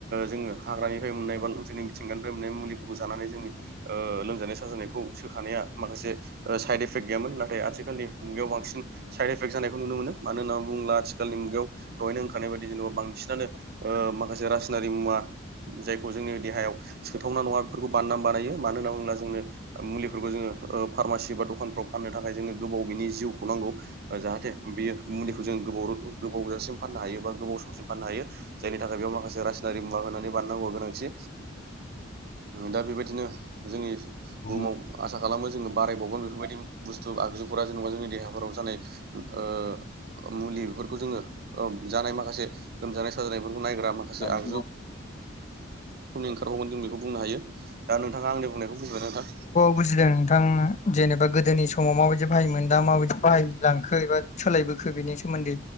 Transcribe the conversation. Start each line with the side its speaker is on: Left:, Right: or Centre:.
Right: जोङो हाग्रानिफ्राय मोननाय बा जोंनि मिथिंगानिफ्राय मोननाय मुलिफोरखौ जानानै जोंनि ओ लोमजानाय साजानायखौ सोखानाया माखासे साइड इफेक्ट गैयामोन नाथाय आथिखालनि मुगायाव बांसिन साइड एफेक्ट जानायखौ नुनो मोनो मानो होननानै बुङोब्ला आथिखालनि मुगायाव दहायनो होनखानाय बायदि जेनेबा बांसिनानो माखासे रासायनारि मुवा जायखौ जोंनि देहायाव सोथावना नङा बेफोरखौ बानायना बानायो मानो होनना बुङोब्ला जोङो मुलिफोरखौ जोङो फार्मासि एबा दखानफ्राव फाननो थाखाय जोंनो गोबाव बिनि जिउखौ नांगौ। जाहाथे बे मुलिखौ जों गोबाव गोबावजासिम फाननो हायो बा गोबाव समसिम फाननो हायो जायनि थाखाय बेयाव माखासे राज दारि मुवा होनानै बानायनागौनि गोनांथि दा बेबायदिनो जोंनि
Left: औ
Right: बुहुमाव आसा खालामो जोङो बारायबावगोन बेफोरबायदि बुस्थु आगजुफोरा जेनेबा जोंनि देहाफोराव जानाय। ओ मुलि बेफोरखौ जोङो जानाय माखासे लोमजानाय साजानायफोरखौ नायग्रा माखासे आग
Left: <unintelligible> औ औ
Right: ओंखारबावगोन जों बेखौ बुंनो हायो दा नोंथाङा आंनि बुंनायखौ बुजिबायना नोंथां
Left: बुजिदों नोंथां जेनेबा गोदो। गोदोनि समाव माबायदि बाहायोमोन दा माबायदि बाहायलांखो एबा सोलायबोखो बेनि सोमोन्दै